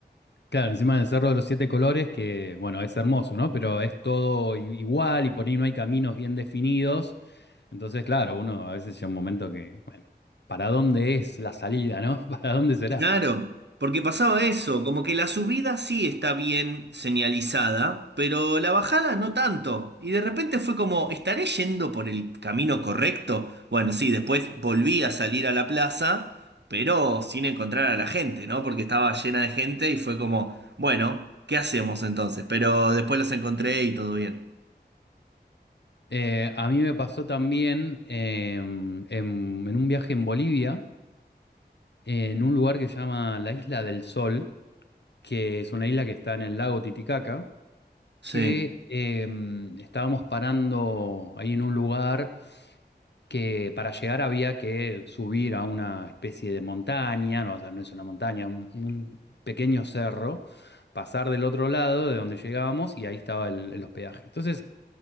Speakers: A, on the left; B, on the right.
A: Claro, encima del Cerro de los Siete Colores, que bueno, es hermoso, ¿no? Pero es todo i- igual y por ahí no hay caminos bien definidos. Entonces, claro, uno a veces llega un momento que, bueno, ¿para dónde es la salida, ¿no? <laughs> ¿Para dónde será?
B: Claro, porque pasaba eso, como que la subida sí está bien señalizada, pero la bajada no tanto. Y de repente fue como, ¿estaré yendo por el camino correcto? Bueno, sí, después volví a salir a la plaza, pero sin encontrar a la gente, ¿no? Porque estaba llena de gente y fue como, bueno, ¿qué hacemos entonces? Pero después los encontré y todo bien.
A: Eh, a mí me pasó también eh, en, en un viaje en Bolivia, en un lugar que se llama la Isla del Sol, que es una isla que está en el lago Titicaca,
B: Sí,
A: que eh, estábamos parando ahí en un lugar. que para llegar había que subir a una especie de montaña, no, o sea, no es una montaña, un, un pequeño cerro, pasar del otro lado de donde llegábamos y ahí estaba el, el hospedaje. Entonces